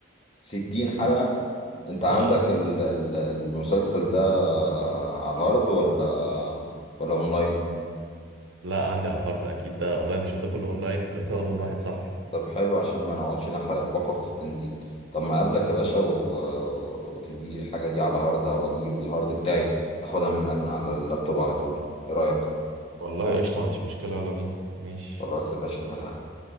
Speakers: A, on the left; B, on the right.
A: 60 حلقه انت
B: اه
A: عندك ال- ال- المسلسل ده على الهارد ولا ولا اونلاين
B: لا عندي على الهارد اكيد ده اونلاين هشوف ده كله اونلاين كنت واخده من واحد صاحبي
A: طب حلو عشان ما نقعدش نحرق الباقة في التنزيل طب ما اقابلك يا باشا و... وتدي لي الحاجة دي على هارد او اجيب الهارد بتاعي اخدها منك من على اللابتوب على طول ايه رأيك
B: والله قشطه ما عنديش مشكله يلا بينا ماشي
A: خلاص يا باشا اتفقنا